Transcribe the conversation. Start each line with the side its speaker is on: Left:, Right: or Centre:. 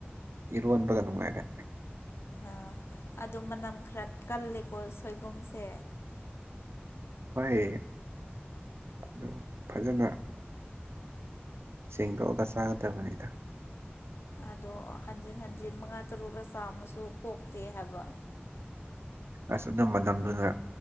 Right: ꯏꯔꯗ ꯀꯅꯉꯥꯏꯔꯦ
Left: ꯑꯥ ꯑꯗꯨ ꯃꯅꯝ ꯈꯔ ꯀꯜꯂꯦꯀꯣ ꯁꯣꯏꯕꯨꯝꯁꯦ
Right: ꯍꯣꯏ ꯑꯗꯨ ꯐꯖꯅ ꯁꯦꯡꯗꯣꯛꯑꯒ ꯆꯥꯒꯗꯕꯅꯤꯗ
Left: ꯑꯗꯣ ꯍꯟꯖꯤꯟ ꯍꯟꯖꯤꯟ ꯃꯉꯥ ꯇꯔꯨꯛꯂ ꯆꯥꯃꯨ ꯀꯣꯛꯇꯦ ꯍꯥꯏꯕ
Right: ꯑꯁ ꯑꯗꯨꯝꯕꯅꯝꯗꯨꯅ